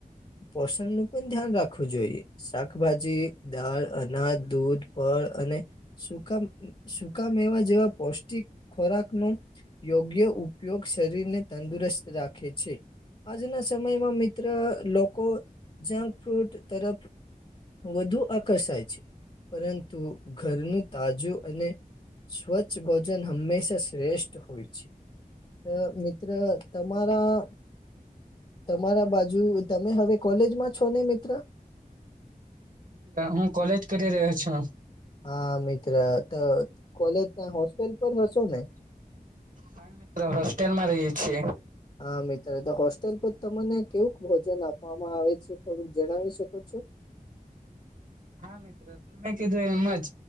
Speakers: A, on the left; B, on the right.
A: પોષણ નું પણ ધ્યાન રાખવું જોઈએ શાકભાજી દાળ, અનાજ, દૂધ. ફળ અને સુકા સુકામેવા જેવા પૌષ્ટિક ખોરાક નો. યોગ્ય ઉપયોગ શરીરને તંદુરસ્ત રાખે છે. આજના સમયમાં મિત્ર લોકો જંક ફ્રૂટ તરફ વધુ આકર્ષાય છે. પરંતુ ઘરનું તાજું અને સ્વચ્છ ભોજન હંમેશા શ્રેષ્ ષ્ઠ હોય છે. અ મિત્ર તમારા તમારા બાજુ તમે હવે કોલેજમાં છો ને મિત્ર?
B: હા હું કોલેજ કરી રહ્યો છું.
A: હા મિત્ર તો કોલેજના હોસ્ટેલ પર હશોને?
B: હા મિત્ર હોસ્ટેલમાં રહીએ છી.
A: હા મિત્ર તો હોસ્ટેલ પર તમને કેવુંક ભોજન આપવામાં આવે છે, થોડુંક જણાવી શકો છો?
B: હા મિત્ર તમે કીધું એમજ